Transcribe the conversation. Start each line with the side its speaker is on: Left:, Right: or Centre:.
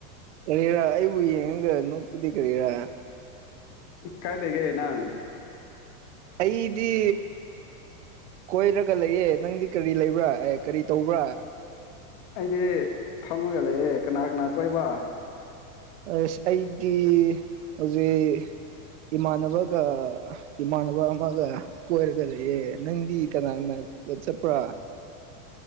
Right: ꯀꯔꯤꯔꯥ ꯑꯩꯕꯨ ꯌꯦꯡꯉꯒ ꯅꯣꯛꯄꯗꯤ ꯀꯔꯤꯔꯥ
Left: ꯀꯥꯏꯂꯩꯒꯦ ꯅꯪ
Right: ꯑꯩꯗꯤ ꯀꯣꯏꯔꯒ ꯂꯩꯌꯦ ꯅꯪꯗꯤ ꯀꯔꯤ ꯂꯩꯕ꯭ꯔꯥ ꯑꯦ ꯀꯔꯤ ꯇꯧꯕ꯭ꯔꯥ
Left: ꯑꯩꯗꯤ ꯐꯝꯃꯒ ꯂꯩꯌꯦ ꯀꯅꯥ ꯀꯅꯥ ꯀꯣꯏꯕ
Right: ꯑꯩꯁ ꯑꯩꯗꯤ ꯍꯧꯖꯤꯛ ꯏꯃꯥꯟꯅꯕꯒ ꯏꯃꯥꯟꯅꯕ ꯑꯃꯒ ꯀꯣꯏꯔꯒ ꯂꯩꯌꯦ ꯅꯪꯗꯤ ꯀꯅꯥꯅꯒꯤꯗ ꯆꯠꯄ꯭ꯔꯥ